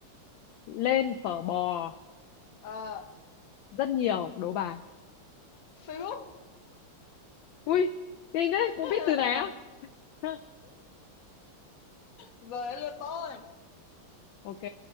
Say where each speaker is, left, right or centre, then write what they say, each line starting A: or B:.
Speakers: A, on the left; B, on the left.
A: lên phở bò
B: ờ.
A: rất nhiều, đố bà.
B: Facebook.
A: Ui, kinh đấy,
B: <laughs>
A: cũng biết từ này á. <laughs>
B: rồi đến lượt tôi
A: Ok.